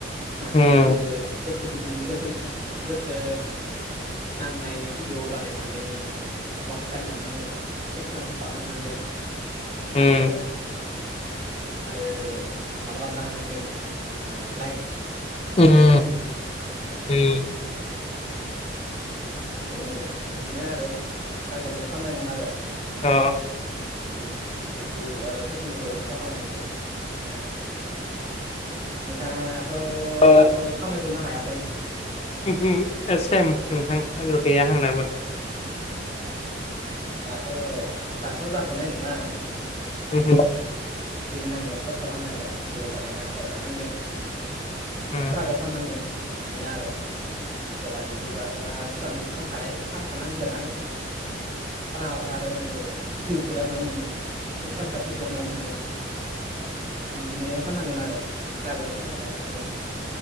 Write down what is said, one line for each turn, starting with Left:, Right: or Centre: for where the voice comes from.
Right: मानसिफोरनिखो
Left: उम
Right: गोसो गुदुं गोसो ग गसो नांनाय भिडिअ बानायनानै वास टाइम लाबोनांगोन साबसक्राइब लाबनो हानांगोन
Left: उम
Right: आरो आरो माबा खालामनो हानांगोन मा होनो लाइक
Left: <inaudible>
Right: ए <inaudible> लांनो
Left: उम
Right: हानांगोन ए बिदिनो आरो सिथरागोल खामनांगोन आरो
Left: अ
Right: बे इउटुब आरो ससियेल मिडियाआव फैसा खामाय ना नोंथाङाथ'
Left: अ
Right: दाथ' खामायथ'नो हायाखै।
Left: उमहु सेम नोंथां आगोल गैया आंनाबो।
Right: दाथ' दाथ' जाथ'नाय नङा।
Left: उमहु।
Right: दिननांगोन खस्थ' खालामनांगोन भिदिअ बानायना होबाय थानांगोन।
Left: उम
Right: स्ट्रागोल खालामनांगोन बेनो आरो। गोदान इउटुबारा स्ट्रागोल खामखानाय खालामखानांगोनानो। खालामाबाथ आरो भिउखौलाय माबा मोनो साबखखौलाय
Left: उम
Right: माबा मोनो। बिदिनो खालामनांगोन आरो स्ट्रागोल खालामनांबाय थानांगोन।